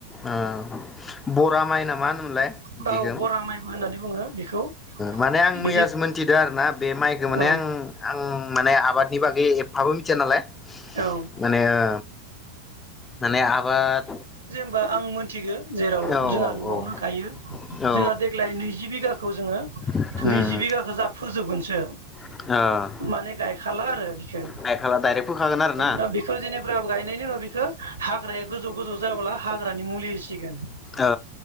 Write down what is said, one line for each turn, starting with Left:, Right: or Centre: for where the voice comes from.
Left: ओम बरा माइ नामा होनोमोनलाय
Right: औ
Left: बिखौम
Right: बरा माइबो होननानै बुङो बेखौ
Left: माने आं
Right: बिदि
Left: मैयासो मोनथिदो आरोना बे माइखो माने
Right: औ
Left: आं आं माने आबादनि बागै एफाबो मिथिया नालाय
Right: औ
Left: माने ओ माने आबाद
Right: जे आं मोन्थिगो जेराव
Left: औ
Right: जोंहा न'आवनो
Left: औ
Right: गायो
Left: औ
Right: जोंहा देग्लाय नैजि बिघा खौ जोङो
Left: उम
Right: नैजि बिघाखौ जाह फोजोबगोन। से
Left: ओ
Right: माने गायखाला आरो बिखो
Left: गायखाला डाइरेक्ट फोखागोन आरो ना
Right: दा बेखौ जेनेब गायनायनिल बि बे हाग्राया गोजौ गोजौ जायाब्ला हाग्रानि मुलि सिगोन
Left: ओ